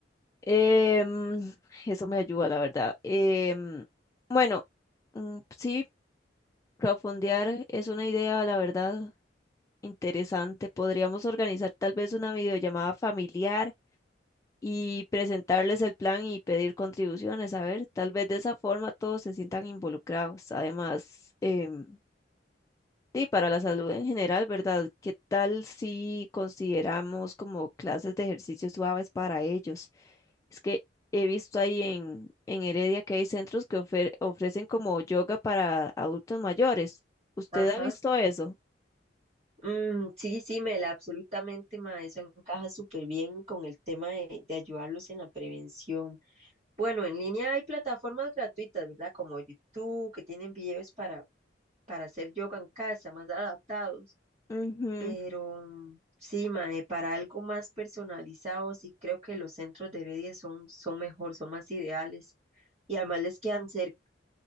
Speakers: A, on the left; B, on the right.
A: Em, eso me ayuda, la verdad. Em, bueno, mm, sí, profundear es una idea, la verdad, interesante. Podríamos organizar tal vez una videollamada familiar y presentarles el plan y pedir contribuciones. A ver, tal vez de esa forma todos se sientan involucrados. Además, em, Sí, para la salud en general, ¿verdad? ¿Qué tal si consideramos como clases de ejercicios suaves para ellos? Es que he visto ahí en, en Heredia que hay centros que ofer- ofrecen como yoga para adultos mayores. ¿Usted
B: Ajá.
A: ha visto eso?
B: Mm, sí, sí, Mela, absolutamente, ma, eso encaja súper bien con el tema de, de ayudarlos en la prevención. Bueno, en línea hay plataformas gratuitas, ¿verdad? Como YouTube, que tienen videos para, para hacer yoga en casa, más adaptados.
A: Ujú,
B: Pero mm, sí, ma, eh, para algo más personalizado, sí creo que los centros de Heredia son, son mejor, son más ideales. Y además les quedan cerca.